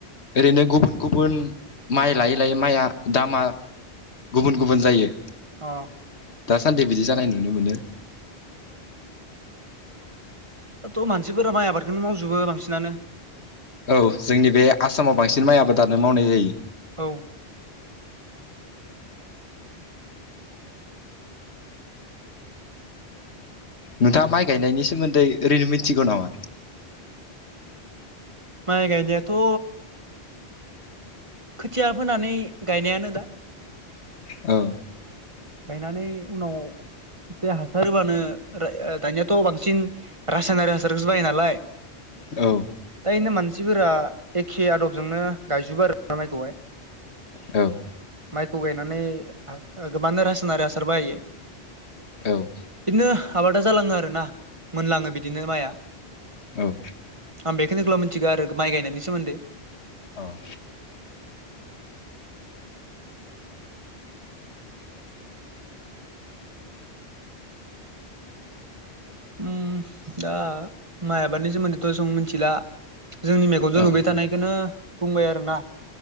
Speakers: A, on the left; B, on the right.
A: ओरैनो गुबुन गुबुन माइ लायै लायै माइया दामा गुबुन गुबुन जायो।
B: अ
A: दासान्दि बिदि जानाय नुनो मोनो।
B: दाथ' मानसिफोरा माइ आबादखौनो मावजोबो बांसिनानो।
A: औ जोंनि बे आसामाव बांसिन माइ आबादानानो मावनाय जायो।
B: औ
A: नोंथाङा माइ गायनायनि सोमोन्दै ओरैनो मिथिगौ नामा?
B: माइ गायनायाथ' खोथिया फोनानै गायनायानो दा।
A: औ
B: गायनानै उनाव एसे हासार होबानो दानियाथ' बांसिन रासायनारि हासारखौसो बायो नालाय।
A: औ
B: दानो इनो मानसिफोरा एखे आदबजोंनो गायजोबो आरो माइखौहाय।
A: औ
B: माइखौ गायनानै गोबांनो रासनारि हासार बाहायो।
A: औ
B: बिदिनो आबादा जालाङो आरो ना मोनलाङो बिदिनो माइआ।
A: औ
B: आं बेखौनोब्ला मोनन्थिगौ आरो माइ गायनायनि सोमोन्दै।
A: औ
B: उ दा माइ आबादनि सोमोन्दैथ' सों मिथिला। जोंनि मेगनजों
A: औ
B: नुबाय थानायखौनो बुंबाय आरो ना।